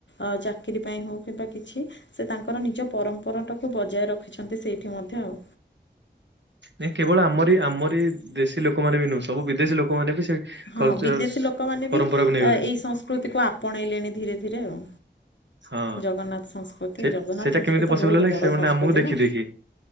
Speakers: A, on the left; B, on the right.
A: ଅ ଚାକିରି ପାଇଁ ହଉ କିମ୍ବା କିଛି ସେ ତାଙ୍କର ନିଜ ପରମ୍ପରା ଟାକୁ ବଜାୟ ରଖିଛନ୍ତି ସେଇଠି ମଧ୍ୟ ଆଉ
B: ନାଇ କେବଳ ଆମରି ଆମରି ଦେଶୀ ଲୋକମାନେ ବି ନୁହଁ ସବୁ ବିଦେଶୀ ଲୋକମାନେ ବି ସେ
A: ହଁ
B: କଲଚର
A: ବିଦେଶୀ ଲୋକମାନେ
B: ପରମ୍ପରାକୁ
A: ବି
B: ନେଇଗଲେଣି
A: ଏଇ ସଂସ୍କୃତିକୁ ଆପଣେଇଲେଣି ଧୀରେ ଧୀରେ ଆଉ
B: ହଁ
A: ଜଗନ୍ନାଥ ସଂସ୍କୃତି
B: ସେ
A: ଜଗନ୍ନାଥ
B: ସେଇଟା
A: ସଂସ୍କୃତି
B: କେମିତି
A: ତ
B: ପସିବଲ
A: ବହୁତ
B: ହେଲା
A: ବଡ଼
B: କିସେମାନେ
A: ସଂସ୍କୃତି
B: ଆମକୁ ଦେଖିଦେଇକି।
A: ନା